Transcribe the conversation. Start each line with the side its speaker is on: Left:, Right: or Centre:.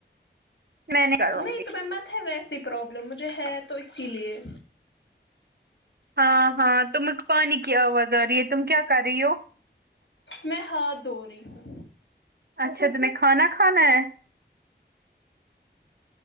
Right: میں کرواؤں
Left: نہیں
Right: گی
Left: تمہیں مت ہے ویسیے پرابلم مجھے ہے تو اسی لیے
Right: ہاں ہاں تمگ پانی کی آواز آرہی ہے تم کیا کررہی ہو
Left: میں ہات دوری ہوں
Right: اچھا تمہیں کھانا کھانا ہے